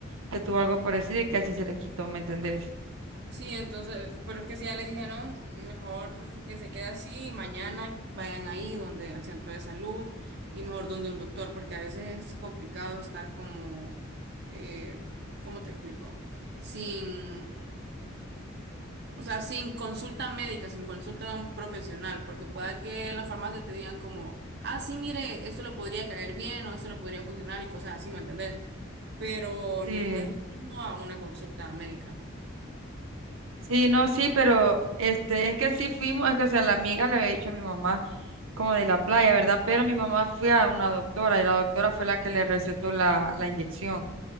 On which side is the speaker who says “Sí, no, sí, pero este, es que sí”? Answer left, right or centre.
Right